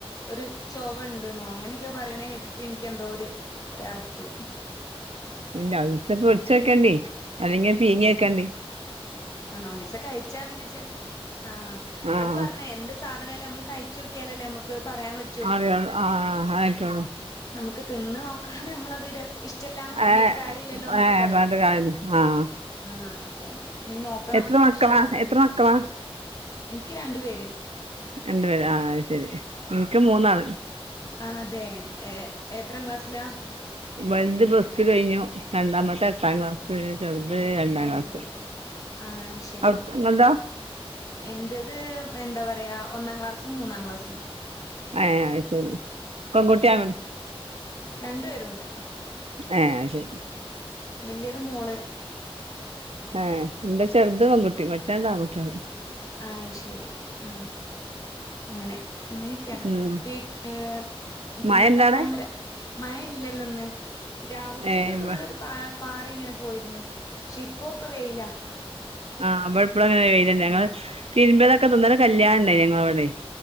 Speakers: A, on the left; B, on the right.
A: ഒര് ചൊവ ണ്ട്ന്നോ അങ്ങനെയൊക്കെ പറയണെ കേട്ട്ട്ട് ഇനിക്കിന്തോ ര് ഒരറപ്പ്. ഹ
B: ഇല്ല. ഒരീസ പൊര്ച്ചോക്കണ്ടി. അല്ലെങ്കി പീങ്ങിയേക്കണ്ടി.
A: ആഹ്. ഒരീസ കഴിച്ചാ പിന്നെ ചെൽപ ആഹ്.
B: ആഹ്
A: അത് പർഞ്ഞ് എന്ത് സാധനായാലു അമ്മള് കഴിച്ചോ ക്കിയാലല്ലേ അമുക്ക് പറയാപ
B: അറിയൊൾ ആഹ് ആഹ് ആഹ് ആ റ്റൊള്ളൂ
A: നമുക്ക് തിന്ന് നോക്കാതെ അമ്മളത് രസ ഇഷ് ടല്ലാന്ന് പർഞ്ഞിട്ട്
B: ഏഹ്
A: കാര്യല്ലല്ലോന്നൊക്കെ
B: ഏഹ്
A: പറയും.
B: പറഞ്ഞിട്ട് കാര്യല്ല ആഹ്
A: ആഹ് അപ്പം നി നോക്കണം.
B: എത്ര മക്കളാ
A: ഇൻഷാ അല്ലാ.
B: എത്ര മക്കളാ
A: ഇൻക്ക് രണ്ട് പേര്.
B: രണ്ട് പേര്. ആഹ് ആഹ് ശെരി. ഇൻക്ക് മൂന്നാള്
A: ആഹ് അതെ. ഏഹ് എത്രാം ക്ലാസ് ലാ?
B: വൽത് പ്ലസ്ടു കഴിഞ്ഞു. രണ്ടാമത്തെ എട്ടാം ക്ലാസ്. ചെർത് രണ്ടാക്ലാസ്.
A: ഓഹ് ആഹ് ശ
B: <unintelligible> ങ്ങൾതാ
A: എൻ്റേത് എന്താ പറയാ ഒന്നാ ക്ലാസ്സും, മൂന്നാ ക്ലാസ്സും
B: ഏഹ് അഹ് ശരി. പെൺകുട്ടിയാ
A: ഉം. രണ്ടേ രുണ്ട്.
B: ഏഹ് അഹ് ശരി.
A: വലുത് മോള്
B: ഏഹേ ഇന്റെ ചെറ്ത് പെങ്കുട്ടി മറ്റെ രണ്ടും ആങ്കുട്ടിയെണ്
A: ആഹ് ശെരി ആ അങ്ങനെ അങ്ങനെക്കെയാണ്
B: ഉം
A: പിന്നേ പിന്നെന്താ
B: മഴണ്ടവിടെ
A: പ്പം രാ മഴ ഇല്ലല്ലെന്ന് രാവ് ഉച്ചക്കൊക്കെങ്ങനൊരു
B: ഏഹ് ഇവ
A: പാ പാറിങ്ങനെ പോയിര്ന്ന് പക്ഷെ ഇപ്പോക്കെ വെയിലാ
B: ആഹ് ഇബടെപ്പളങ്ങനെന്നെ വെയിലെന്നെ ഞങ്ങള് തിരുമ്പിയതൊക്കെപ്പെ ഇന്നലെ കല്യാണണ്ടായിനി ഞങ്ങളവ്ടെ